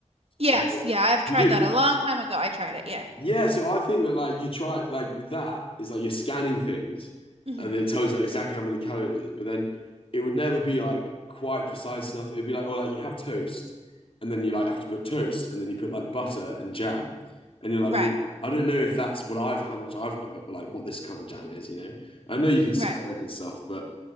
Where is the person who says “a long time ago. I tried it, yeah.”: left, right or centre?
Right